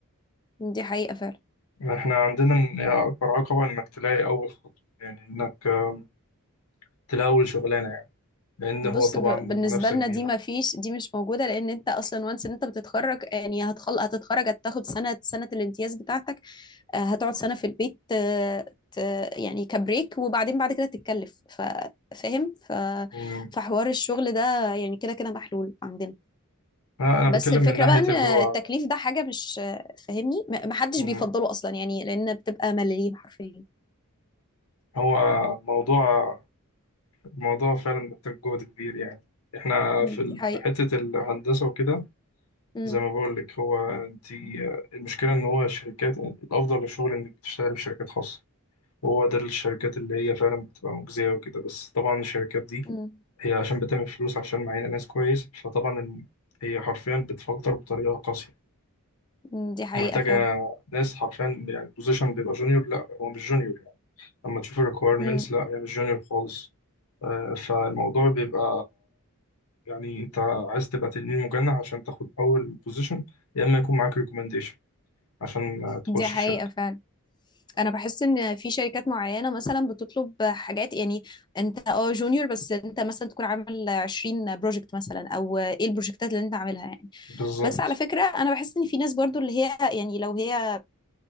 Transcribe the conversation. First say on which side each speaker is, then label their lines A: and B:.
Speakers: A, on the left; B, on the left.
A: دي حقيقة فعلا
B: احنا عندنا إن اكبر عقبة انك تلاقي اول خطوة يعني انك آم، تلاقي اول شغلانة يعني لان
A: بص
B: هو طبعا
A: ب-
B: المنافسة
A: بالنسبة لنا
B: كبيرة
A: دي ما فيش دي مش موجودة لأن أنت أصلا وانس إن أنت بتتخرج يعني هتخل هتتخرج هتاخد سنة سنة الامتياز بتاعتك آه، هتقعد سنة في البيت آه، ت- يعني كبريك وبعدين بعد كده تتكلف ف- فاهم ف...
B: أمم.
A: فحوار الشغل ده يعني كده كده محلول عندنا
B: انا أنا
A: بس
B: بتكلم
A: الفكرة
B: من ناحية
A: بقى ان
B: اللي هو
A: التكليف ده حاجة مش فاهمني م- محدش
B: أمم،
A: بيفضله اصلا يعني لان بتبقى ملاليم حرفيا
B: هو موضوع موضوع فعلا محتاج جهد كبير يعني احنا
A: مم،
B: في
A: دي
B: ال-
A: حقيقة
B: حتة الهندسة وكده
A: مم،
B: زي ما بقول لك هو انت المشكلة ان هو الشركات الافضل للشغل انك تشتغل في شركات خاصة هو ده الشركات اللي هي فعلا بتبقى مجزية وكده بس طبعا الشركات دي
A: مم،
B: هي عشان بتعمل فلوس عشان معينة ناس كويس فطبعا الم- هي حرفيا بتفلتر بطريقة قاسية
A: مم، دي حقيقة
B: ومحتاجة
A: فعلا
B: ناس حرفيا يعني البوزيشن بيبقى جونيور لا هو مش جونيور يعني لما تشوف الريكويرمنتس
A: مم،
B: لا هي مش جونيور خالص آه، فالموضوع بيبقى يعني انت عايز تبقى تنين مجنح عشان تاخد اول بوزيشن يا اما يكون معاك ريكومنديشن عشان آه، تخش
A: دي حقيقة
B: الشركة
A: فعلا انا بحس ان في شركات معينة مثلا بتطلب حاجات يعني انت اه جونيور بس انت مثلا تكون عامل 20 بروجكت مثلا او ايه البروجكتات اللي انت عاملها يعني
B: فبالظبط
A: بس على فكرة انا بحس ان في ناس برضو اللي هي يعني لو هي